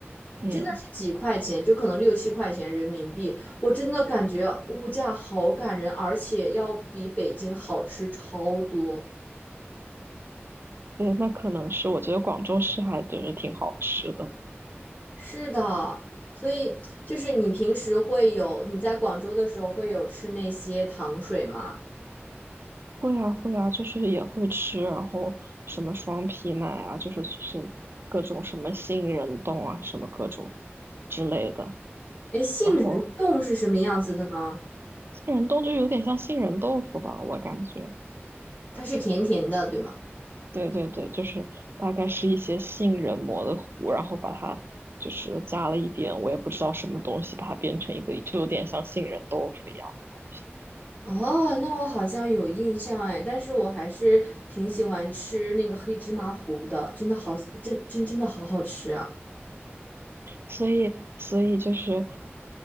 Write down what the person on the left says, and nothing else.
真的是几块钱，就可能六七块钱人民币，我真的感觉物价好感人，而且要比北京好吃超多。
是的，所以就是你平时会有，你在广州的时候会有吃那些糖水吗？
哎，杏仁冻是什么样子的呢？
它是甜甜的，对吗？
哦，那我好像有印象哎，但是我还是挺喜欢吃那个黑芝麻糊的，真的好，真真真的好好吃啊。